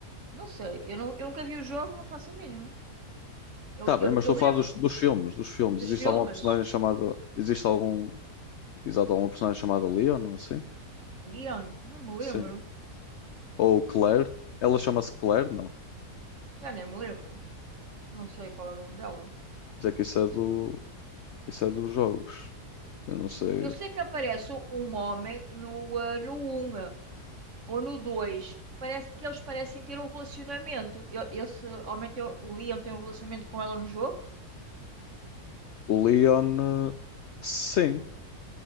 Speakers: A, on the right; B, on the left.
A: Não sei, eu, não, eu nunca vi o jogo, não faço a mínima. Eu,
B: Tá bem,
A: eu,
B: mas
A: eu
B: estou
A: lembro
B: a falar dos, dos filmes, dos filmes.
A: dos
B: Existe
A: filmes,
B: alguma personagem chamada. Existe algum. Exato, alguma personagem chamada Leon, não assim?
A: Leon, não me lembro,
B: Sim. Ou Claire. Ela chama-se Claire, não.
A: já nem me lembro. Não sei qual é o nome dela.
B: Mas é que isso é do. Isso é dos jogos. Eu não sei.
A: Eu sei que aparece um homem no, ah, no 1. ou no 2 parece que eles parecem ter um relacionamento. Eu, esse homem tem, o Leon tem um relacionamento com ela no jogo,
B: O Leon. eh, Sim,